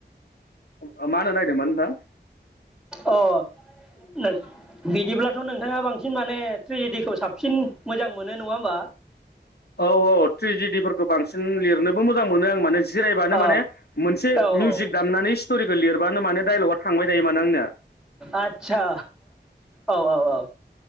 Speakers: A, on the left; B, in the centre.
A: ओ मा होननो नायदोंमोन नोंथाङा
B: अ बिदिब्लाथ नोंथाङा बांसिन माने ट्रेजिडिखौ साबसिन मोजां मोनो नङा होमबा
A: औ औ ट्रेजिडिफोरखौ बांसिन लिरनोबो मोजां मोनो आं माने जिरायबानो
B: ओ
A: माने मोनसे
B: औ
A: मिउजिक
B: औ
A: दामनानै स्टरिखौ लिरबानो माने डाइलगा थांबाय थायो माने आंना
B: आदसा औ औ औ